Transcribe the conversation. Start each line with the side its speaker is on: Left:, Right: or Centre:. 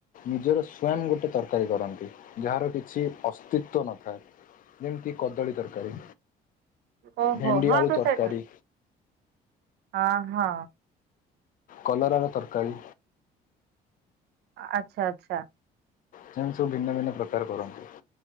Left: ନିଜର ସ୍ଵୟଂ ଗୋଟେ ତରକାରୀ କରନ୍ତି ଯାହାର କିଛି ଅସ୍ତିତ୍ଵ ନଥାଏ ଯେମିତି କଦଳୀ ତରକାରୀ।
Right: ଓହୋ
Left: ଭେଣ୍ଡି
Right: ହଁ
Left: ଆଳୁ
Right: ତ
Left: ତରକାରୀ
Right: ସେ ହଁ ହଁ
Left: କଲରାର ତରକାରୀ।
Right: ଆଚ୍ଛା ଆଚ୍ଛା।
Left: ଯେମିତି ସବୁ ଭିନ୍ନ ଭିନ୍ନ ପ୍ରକାର କରନ୍ତି।